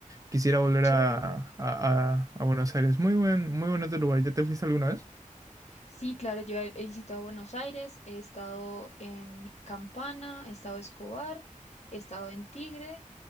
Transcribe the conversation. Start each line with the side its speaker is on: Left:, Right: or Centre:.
Right: Quisiera volver
Left: chévere.
Right: a, a, a- a Buenos Aires. Muy buen, muy bonito lugar. ¿Ya te fuiste alguna vez?
Left: Sí, claro, yo he, he visitado Buenos Aires, he estado en Campana, he estado en Escobar, he estado en Tigre,